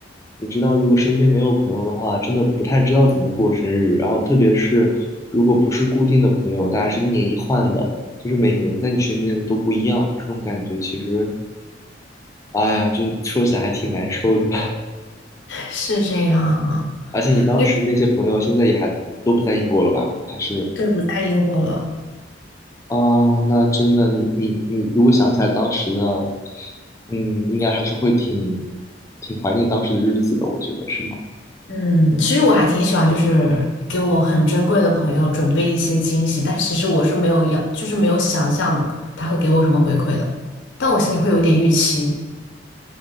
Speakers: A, on the left; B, on the left.
A: 你知道，如果身边没有朋友的话，真的不太知道怎么过生日。然后特别是如果不是固定的朋友，大家是一年一换的，就是每年在你身边的人都不一样，这种感觉其实，哎呀，就说起来还挺难受的。
B: 是这样啊，
A: 而且你当时那些朋友现在也还都不在英国了吧？
B: 因为
A: 还是
B: 对不在英国了。
A: 啊，那真的，你你你，如果想起来当时呢，嗯，应该还是会挺挺怀念当时的日子的，我觉得是吗？
B: 嗯，其实我还挺喜欢，就是给我很珍贵的朋友准备一些惊喜，但其实我是没有要，就是没有想象他会给我什么回馈的，但我心里会有一点预期。